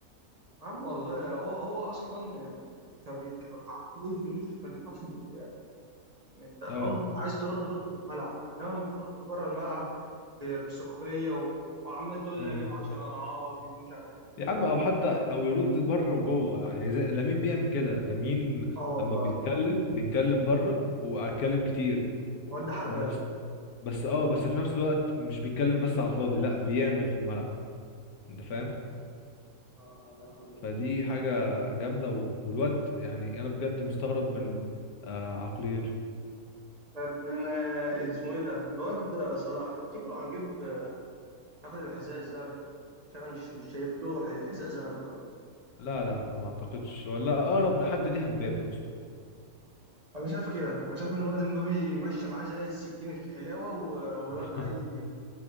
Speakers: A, on the right; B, on the left.
A: عم والله هو هو اصلا يعني كبي- ك- كعقليه فينيسيوس ما تنفعش للريال يعني انت رد
B: اه
A: عايز ترد رد في الملعب انما بترد بره الملعب ب- بسخريه و... وعمال تقول
B: إمم.
A: لي هجيب 10 اضعافي ومش عارف ايه
B: يا عم
A: و...
B: او حتى او يرد بره وجوه يعني زي لامين بيعمل كده لامين
A: اه والله
B: لما بيتكلم بيتكلم بره واتكلم كتير و-
A: واد حراق
B: بس بس اه بس في نفس الوقت مش بيتكلم بس على الفاضي لا بيعمل في الملعب انت فاهم
A: اه يا لهوي
B: فدي حاجة جامدة و- والواد يعني انا بجد مستغرب من آه عقليته
A: طب بما اسمه ايه ده الواد صلاح تفتكره هيجيب ياخد الحذاء الذهبي عشان انا مش مش شايف له ح- حذاء ذهبي خالص
B: لا لا لا ما اعتقدش ولا اقرب لحد ليها مبابي اصلا
A: انا شايف كده انا شايف ان الواد امبابي ماشي معاه زي السكينه في الحلاوه و- والواد
B: <laughs>
A: ده هي